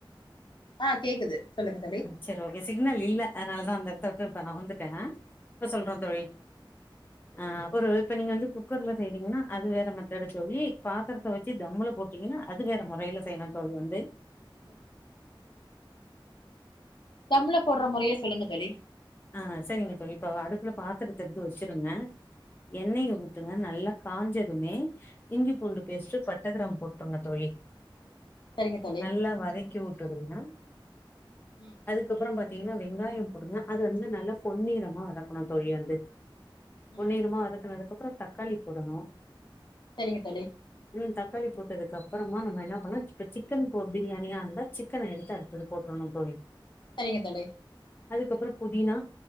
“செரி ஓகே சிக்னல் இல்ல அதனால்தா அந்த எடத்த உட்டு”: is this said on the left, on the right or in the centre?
Left